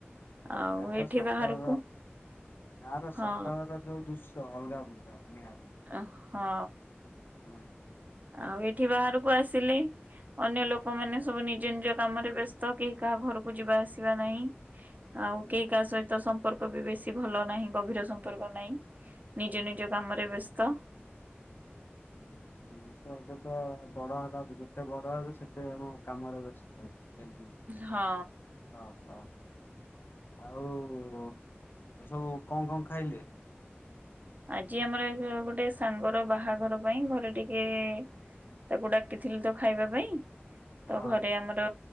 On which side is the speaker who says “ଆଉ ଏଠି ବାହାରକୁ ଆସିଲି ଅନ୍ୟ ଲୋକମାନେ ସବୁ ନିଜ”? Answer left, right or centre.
Right